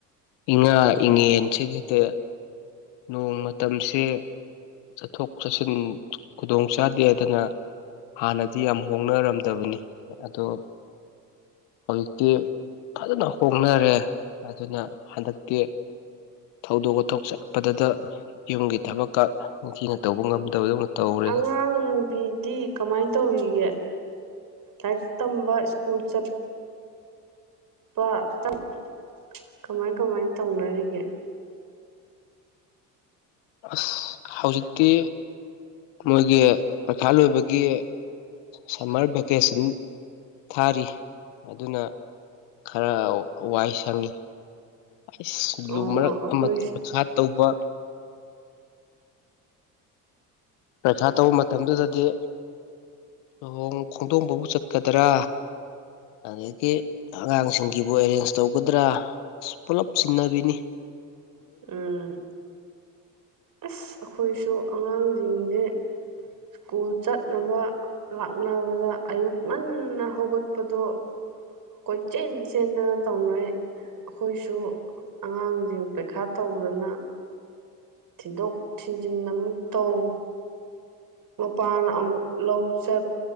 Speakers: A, on the left (about 60°); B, on the right (about 40°).
A: ꯏꯉꯥ ꯏꯉꯦꯟꯁꯤꯒꯤꯗ ꯅꯣꯡ ꯃꯇꯝꯁꯦ ꯆꯠꯊꯣꯛ ꯆꯠꯁꯤꯟ ꯈꯨꯗꯣꯡ ꯆꯥꯗꯦ ꯑꯗꯅ ꯍꯥꯟꯅꯗꯤ ꯌꯥꯝ ꯍꯣꯡꯅꯔꯝꯗꯕꯅꯤ ꯑꯗꯣ ꯍꯧꯖꯤꯛꯇꯤ ꯐꯖꯅ ꯍꯣꯡꯅꯔꯦ ꯑꯗꯨꯅ ꯍꯟꯗꯛꯇꯤ ꯊꯧꯗꯣꯛ ꯋꯥꯊꯣꯛꯆꯠ ꯄꯗꯗ ꯌꯨꯝꯒꯤ ꯊꯕꯛꯀ ꯅꯤꯡꯊꯤꯅ ꯇꯧꯕ ꯉꯝꯗꯕꯗꯧꯅ ꯇꯧꯔꯦꯗ
B: ꯑꯉꯥꯡ ꯅꯨꯕꯤꯗꯤ ꯀꯃꯥꯏꯟ ꯇꯧꯔꯤꯒꯦ ꯂꯥꯏꯔꯤꯛ ꯇꯝꯕ ꯁ꯭ꯀꯨꯜ ꯆꯠ ꯄꯥꯇꯪ ꯀꯃꯥꯏ ꯀꯃꯥꯏ ꯇꯧꯅꯔꯤꯒꯦ
A: ꯑꯁ ꯍꯧꯖꯤꯛꯇꯤ ꯃꯣꯏꯒꯤ ꯄꯩꯈꯥ ꯂꯣꯏꯕꯒꯤ ꯁꯝꯃꯔ ꯚꯦꯀꯦꯁꯟ ꯊꯥꯔꯤ ꯑꯗꯨꯅ ꯈꯔ ꯋꯥꯏ ꯁꯪꯉꯤ ꯑꯁ
B: ꯑꯣ
A: ꯂꯨ ꯃꯔꯛ
B: ꯑꯩꯈꯣꯏ
A: ꯑꯃ ꯄꯩꯈꯥ ꯇꯧꯕ ꯄꯩꯈꯥ ꯇꯧ ꯃꯇꯝꯗꯨꯗꯗꯤ ꯂꯨꯍꯣꯡ ꯈꯣꯡꯗꯣꯡꯕꯕꯨ ꯆꯠꯀꯗ꯭ꯔꯥ ꯑꯗꯒꯤ ꯑꯉꯥꯡꯁꯤꯡꯒꯤꯕꯨ ꯑꯦꯔꯦꯟꯖ ꯇꯧꯒꯗ꯭ꯔꯥ ꯑ ꯄꯨꯜꯂꯞ ꯆꯤꯡꯅꯕꯤꯅꯤ
B: ꯎꯝ ꯑꯁ ꯑꯈꯣꯏꯁꯨ ꯑꯉꯥꯡꯖꯤꯡꯖꯦ ꯁ꯭ꯀꯨꯜ ꯆꯠꯅꯕ ꯂꯥꯛꯅꯕꯗ ꯑꯌꯨꯛ ꯉꯟꯅ ꯍꯧꯒꯠꯄꯗꯣ ꯀꯣꯏꯆꯦꯟ ꯆꯦꯟꯗꯅ ꯇꯧꯅꯩ ꯑꯈꯣꯏꯁꯨ ꯑꯉꯥꯡꯁꯤꯡ ꯄꯩꯈꯥ ꯇꯧꯗꯅ ꯊꯤꯟꯗꯣꯛ ꯊꯤꯟꯖꯤꯟ ꯑꯃꯨꯛ ꯇꯧ ꯃꯄꯥꯅ ꯑꯃꯨꯛ ꯂꯧ ꯆꯠ